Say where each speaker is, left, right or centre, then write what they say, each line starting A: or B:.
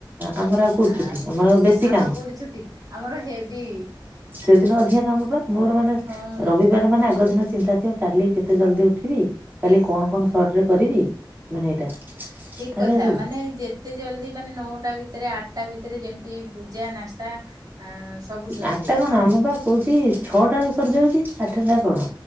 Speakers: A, on the right (about 25°); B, on the right (about 50°).
A: ଆମର କୋଉଠି
B: ଆଉ
A: ଛୁଟି ଆମର ଆଉ ବେଶୀ
B: ଆମର
A: କାମ
B: କୋଉଠି ଛୁଟି ଆମର ହେବି।
A: ସେଦିନ ଅଧିକା କାମ ପା ମୋର ମାନେ
B: ହଁ
A: ରବିବାର ମାନେ ଆଗ ଦିନ ଚିନ୍ତା ଥିବ। କାଲି କେତେ ଜଲ୍ ଦି ଉଠିବି କାଲି
B: କେ
A: କଣ କଣ ସର୍ଟ ରେ କରିବି ମାନେ ଏଇଟା।
B: ଠିକ
A: ତା
B: କଥା
A: ଦେହରେ ଯୋଉ
B: ମାନେ ଯେ ଏତେ ଜଲ୍ ଦି ମାନେ ନଅଟା ଭିତରେ ଆଠଟା ଭିତରେ ଯେମିତି ପୂଜା ନାସ୍ତା। ଆ ସବୁ ସରି
A: ଆଟା
B: ଯାଇଥିବ
A: କଣ ନମିତା କହୁଚି। ଛଅଟା ବେଳକୁ ସରିଯାଉଛି ଆଠଟା କଣ